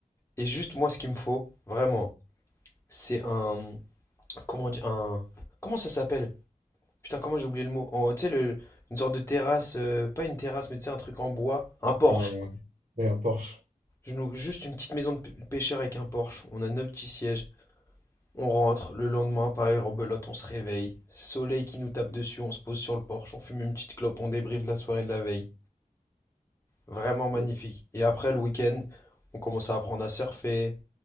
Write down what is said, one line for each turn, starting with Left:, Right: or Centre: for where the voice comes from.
Left: Et juste, moi, ce qu'il me faut, vraiment, c'est un. Comment on dit Un. Comment ça s'appelle? Putain, comment j'ai oublié le mot? En- Tu sais, le- une sorte de terrasse, euh, pas une terrasse, mais tu sais, un truc en bois. Un porche,
Right: Un, ouais, un Porsche.
Left: Je loue juste une petite maison de pêcheur avec un Porsche. On a nos petits sièges. On rentre. Le lendemain, pareil, rebelote, on se réveille. Soleil qui nous tape dessus, on se pose sur le Porsche. On fume une petite clope, on débriefe de la soirée de la veille. Vraiment magnifique.
Right: Mais,
Left: Et après, le week-end, on commence à apprendre à surfer.